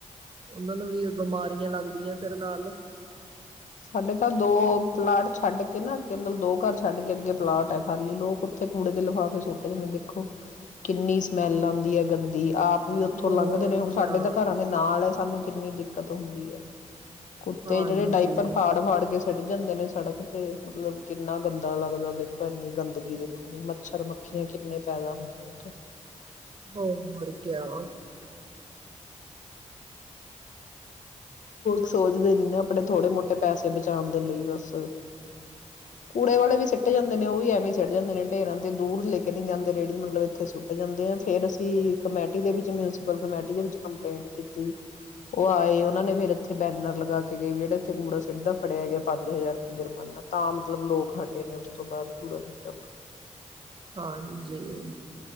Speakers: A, on the right (about 40°); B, on the left (about 75°).
A: ਉਹਨਾਂ ਨੂੰ ਵੀ ਬਿਮਾਰੀਆਂ ਲੱਗਦੀਆਂ ਫਿਰ ਨਾਲ
B: ਸਾਡੇ ਤਾਂ ਦੋ ਪਲਾਟ ਛੱਡ ਕੇ ਨਾ ਅੱਗੇ ਮਤਲਬ ਦੋ ਘਰ ਛੱਡ ਕੇ ਅੱਗੇ ਪਲਾਟ ਹੈ ਖਾਲੀ ਲੋਕ ਉੱਥੇ ਕੂੜੇ ਦੇ ਲਿਫਾਫੇ ਸੁੱਟ ਜਾਂਦੇ ਦੇਖੋ ਕਿੰਨੀ ਸਮੈਲ ਆਉਂਦੀ ਹੈ ਗੰਦੀ ਆਪ ਆਪ ਵੀ ਉੱਥੋਂ
A: ਹੋਰ
B: ਲੰਘਦੇ ਨੇ ਹੁਣ
A: ਕਿਆ
B: ਸਾਡੇ ਤਾਂ ਘਰਾਂ ਦੇ ਨਾਲ ਹੈ ਸਾਨੂੰ ਕਿੰਨੀ ਦਿੱਕਤ ਹੁੰਦੀ ਹੈ ਕੁੱਤੇ
A: ਹਾਂਜੀ
B: ਜਿਹੜੇ ਡਾਇਪਰ ਹਾੜ ਫਾੜ ਗਿਆਏੇ ਪੜ ਜਾਂਦੇ ਨੇ ਸੜਕ ਤੇ ਮਤਲਬ ਕਿੰਨਾ ਗੰਦਾ ਲੱਗਦਾ ਦੇਖੋ ਐੰਨੀ ਗੰਦਗੀ ਦੇਖਣੀ ਮੱਛਰ ਮੱਖੀਆਂ ਕਿੰਨੇ ਪੈਦਾ ਹੁੰਦੇ ਉਥੋਂ
A: ਹੋ ਹੋਕੇਿਆ
B: ਸੋਚਦੇ ਨੀ ਨਾ ਆਪਣੇ ਥੋੜੇ ਮੋਟੇ ਪੈਸੇ ਬਚਾਉਣ ਦੇ ਲਈ ਬਸ ਕੂੜੇ ਵਾਲੇ ਵੀ ਸਿੱਟ ਜਾਂਦੇ ਨੇ ਉਹ ਵੀ ਐਵੇਂ ਸਿੱਟ ਜਾਂਦੇ ਨੇ ਢੇਰਾਂ ਤੇ ਦੂਰ ਲੈ ਕੇ ਨੀ ਜਾਂਦੇ ਰੇਹੜੀ ਮਤਲਬ ਇੱਥੇ ਸੁੱਟ ਜਾਂਦੇ ਆ ਫੇਰ ਅਸੀਂ ਕਮੇਟੀ ਦੇ ਵਿੱਚ ਮਿਸੀਪਲ ਕਮੇਟੀ ਦੇ ਵਿੱਚ ਕੰਪਲੇਂਟ ਕੀਤੀ ਉਹ ਆਏ ਉਹਨਾਂ ਨੇ ਫਿਰ ਇਥੇ ਬੈਨਰ ਲਗਾ ਕੇ ਗਏ ਵੀ ਜਿਹੜਾ ਇੱਥੇ ਕੂੜਾ ਸਿੱਟਦਾ ਫੜਿਆ ਹੈ ਗਿਆ ਪੰਜ ਹਜ਼ਾਰ ਜੁਰਮਾਨਾ ਤਾਂ ਮਤਲਬ ਲੋਕ ਹਟੇ ਨੇ ਉਸ ਤੋਂ ਬਾਅਦ ਕੂੜਾ ਸਿੱਟਣ ਤੋਂ
A: ਹਾਂਜੀ